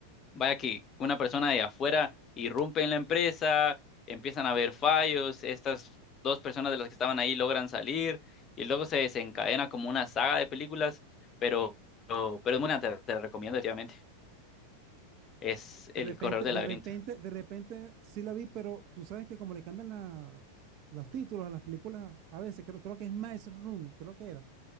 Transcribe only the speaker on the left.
Vaya que una persona de afuera irrumpe en la empresa, empiezan a haber fallos, estas dos personas de las que estaban ahí logran salir y luego se desencadena como una saga de películas, pero, pero, pero es muy buena, te, te la recomiendo definitivamente.
Es
El
Corredor del
Laberinto.